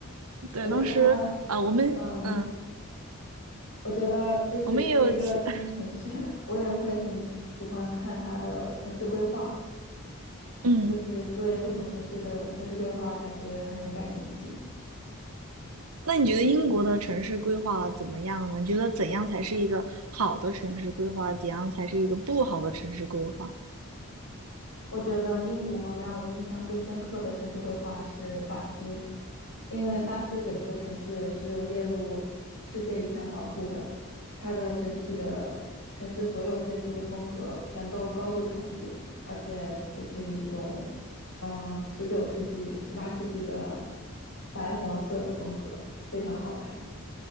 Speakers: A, on the right; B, on the left.
A: 对，
B: 我觉得，
A: 当时啊，我们嗯，
B: 嗯，我觉得就是去一个新城市，
A: 我们也有其 <laughs>
B: <laughs> 我也会很喜欢看它的城市规划。
A: 嗯，
B: 就是对不同城市的城市规划感觉很感兴趣。
A: 那你觉得英国的城市规划怎么样呢？你觉得怎样才是一个好的城市规划？怎样才是一个不好的城市规划？
B: 我觉得英国让我印象最深刻的城市规划是巴斯，因为巴斯整个城市是列入世界遗产保护的，它的整体的城市所有建筑的风格全都高度统一，而且就是一种嗯十九世纪、十八世纪的白黄色的风格，非常好看。